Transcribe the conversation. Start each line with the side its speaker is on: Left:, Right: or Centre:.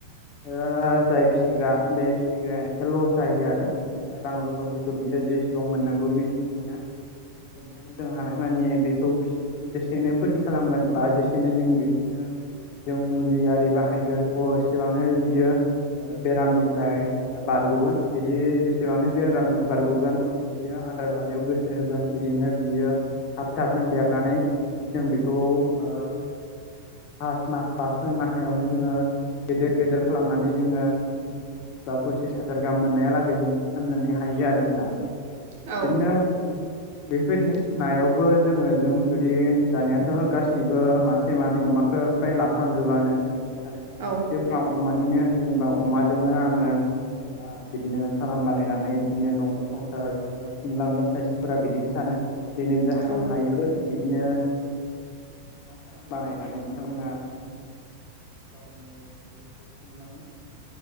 Left: जाय फिसिग्रा बे फिसिग्राया एसे लस जायो आरो बिदिनो रां रुफाफोरखौ बियो जेसेबां मोननांगौ बेसेबां मोना बेनिखायनो जों हानाय मानि बेखौ जेसेनो फोथि खालामगोन बा जेसेनो जों बे बिनो जों मुलि आरि बाहायगोन अ सिबांनो बियो ओ बेरामनिफ्राय बार गगोन जुदि जेसेबांनो बेरामनिफ्राय बारग'गोन बियो आदार जानायाव गोसो होगोन बिदिनो बि बियो थाब थाबनो देरनानै जों बेखौ ओ फास माह बा सय माहायावनो जोङो गेदेर गेदेर खालामनानै जोङो बिस बा फसिस फसिस हाजार गाहाम मोननायालागै जों फाननो हायो आरो दा
Right: औ
Left: बिदिनो बेफोरदिनो नायावबो जोङो जों जुदि दानायाथ' गासिबो मासे मानि अमाखो फ्राय लाफ्रामजोबानो नाथाय खायसे
Right: औ
Left: खायसेबो आं अमानिनो जेनेबा अमाजोंनो आङो बा बिदिनो फार्म बानायनानै बिदिनो न'खर संसार खुंलांगोन खायसेफोरा बिदिबो सानो जनोब हा
Right: औ
Left: हायोबो बिदिनो फार्म बानायनानै बिथांमोना गावनि जिउखौ खुंलाङो